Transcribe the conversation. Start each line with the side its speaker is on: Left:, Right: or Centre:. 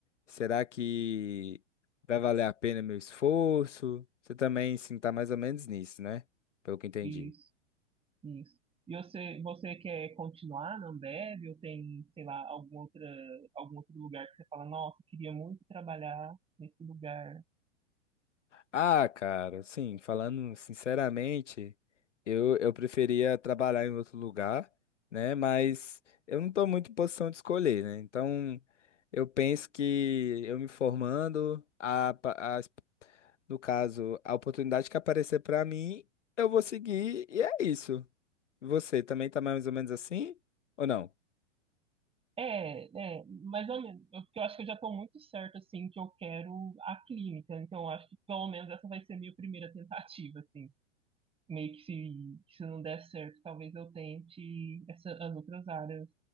Left: Será que vai valer a pena meu esforço? Você também sim está mais ou menos nisso, né? Pelo que entendi.
Right: Isso, isso. E você, você quer continuar na Ambev ou tem, sei lá, algum outra, algum outro lugar que você fala, nossa, queria muito trabalhar nesse lugar?
Left: Ah, cara, sim, falando sinceramente, eu, eu preferia trabalhar em outro lugar, né? Mas eu não estou muito em posição de escolher, né? Então, eu penso que eu me formando, a, pa- as- no caso, a oportunidade que aparecer para mim, eu vou seguir e é isso. Você também tá mais ou menos assim? Ou não?
Right: É, é, mais ou menos. Eu- Porque eu acho que eu já estou muito certo, assim, que eu quero a clínica. Então, eu acho que pelo menos essa vai ser a minha primeira <laughs> tentativa, assim. meio que se, se não der certo, talvez eu tente essa, as outras áreas